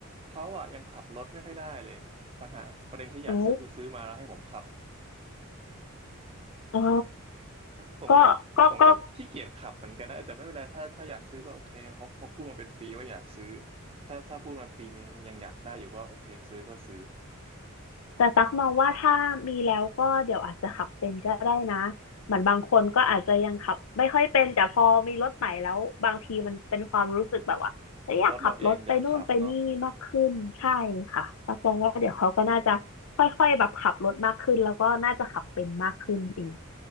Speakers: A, on the right; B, on the left.
A: เขาอ่ะยังขับรถไม่ค่อยได้เลยปัญหาประเด็นที่อยากซื้อคือซื้อมาแล้วให้ผมขับ
B: เอาอ๋อ
A: ผมก็ผมก็ขี้เกียจขับเหมือนกันนะแต่ไม่เป็นไรถ้าถ้าอยากซื้อก็โอเคเขาเขาพูดมาเป็นปีว่าอยากซื้อ
B: ก็ก็ก็
A: ถ้าถ้าพูดมาปีนึงยังอยากได้อยู่ก็โอเคซื้อก็ซื้อ
B: แต่ตักมองว่าถ้ามีแล้วก็เดี๋ยวอาจจะขับเป็นก็ได้นะเหมือนบางคนก็อาจจะยังขับไม่ค่อยเป็นแต่พอมีรถใหม่แล้วบางทีมันเป็นความรู้สึกแบบว่าเอ้ยอยากขับรถไปนู่นไปนี่มากขึ้นใช่ค่ะตักมองว่าเดี๋ยวเขาก็น่าจะค่อยๆแบบขับรถมากขึ้นแล้วก็น่าจะขับเป็นมากขึ้นเอง
A: รถเราเองอยากขับเนาะ